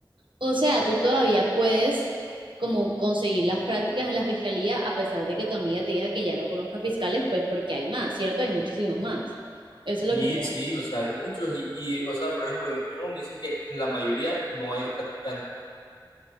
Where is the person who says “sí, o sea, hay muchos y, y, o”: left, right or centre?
Left